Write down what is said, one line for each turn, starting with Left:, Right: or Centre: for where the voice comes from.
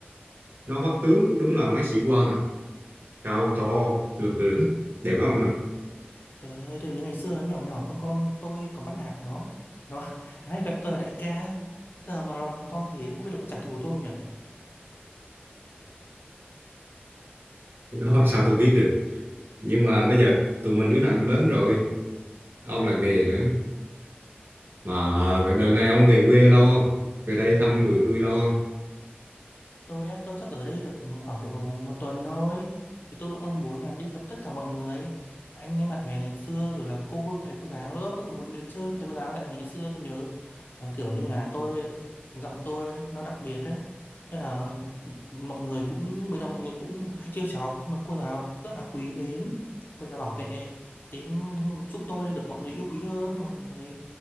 Right: nó vắt tướng đúng là mấy sĩ quan nè, cao to, lực lưỡng, đẹp lắm ông nè.
Left: Trời ơi, tôi nhớ ngày xưa nó nhỏ nhỏ con con tôi còn bắt nạt nó ấy. Nó, <laughs> nó hay gọi tôi là đại ca. Giờ mà nó, nó to thế không biết là có trả thù tôi không nhỉ?
Right: Cái đó <laughs> sao tôi biết được. Nhưng mà bây giờ tụi mình đứa nào cũng lớn rồi, ông lại về nữa. Mà đợt này ông về quê lâu không? Về đây thăm tụi tôi lâu không?
Left: Tôi á, tôi chắc ở đây được khoảng độ một tuần thôi. Thì tôi cũng mong muốn là đi gặp tất cả mọi người. Anh em bạn bè ngày xưa rồi là cô thầy cô giáo nữa. Tôi cũng muốn đến chơi các thầy cô giáo tại vì ngày xưa tôi nhớ ờ, kiểu như là tôi giọng tôi nó đặc biệt á. Thế là mọi người cũng bây đầu mọi người cũng hay trêu chọc nhưng mà cô giáo rất là quý mến. Cô giáo bảo vệ tiến giúp tôi được mọi người yêu quý hơn mọi người